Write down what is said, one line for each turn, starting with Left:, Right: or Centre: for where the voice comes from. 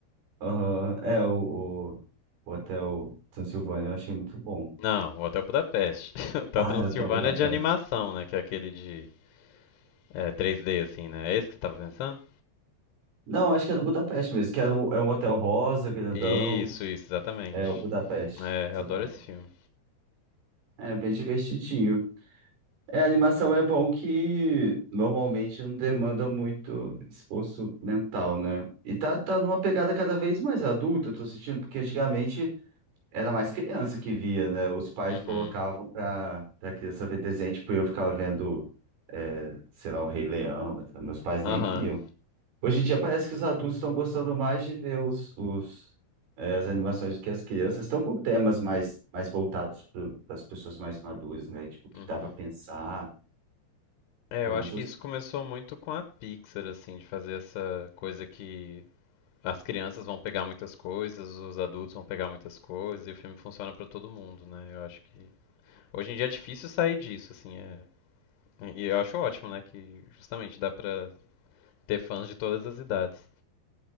Right: Aham, É o, o, o Hotel Transilvânia, eu achei muito bom.
Left: Não, o Hotel Budapeste. <laughs> O Hotel
Right: Ah,
Left: Transilvânia
Right: é o Hotel Budapeste.
Left: é de animação, né? Que é aquele de eh, 3D, assim, né? É esse que você tava pensando?
Right: Não, acho que é do Budapeste mesmo, que era um, é um hotel rosa, grandão.
Left: Isso, isso, exatamente.
Right: É o Budapeste.
Left: É,
Right: Só
Left: eu adoro
Right: tava.
Left: esse filme.
Right: É bem divertidinho. É, a animação é bom que normalmente não demanda muito esforço mental, né? E tá, tá numa pegada cada vez mais adulta, eu tô sentindo, porque antigamente era mais criança que via, né? Os pais
Left: Uhum.
Right: colocavam pra, pra criança ver desenho, tipo, eu ficava vendo, é, sei lá, o Rei Leão, meus pais
Left: Aham.
Right: nem viam. Hoje em dia parece que os adultos estão gostando mais de ver os, os, eh, as animações do que as crianças. Estão com temas mais, mais voltados para as pessoas mais maduras, né? Tipo, que
Left: Uhum.
Right: dá para pensar.
Left: É,
Right: Pelo
Left: eu
Right: menos
Left: acho
Right: eu-
Left: que isso começou muito com a Pixar, assim, de fazer essa coisa que as crianças vão pegar muitas coisas, os adultos vão pegar muitas coisas, e o filme funciona pra todo mundo, né? Eu acho que hoje em dia é difícil sair disso, assim, é... e eu acho ótimo, né, que justamente dá pra ter fãs de todas as idades.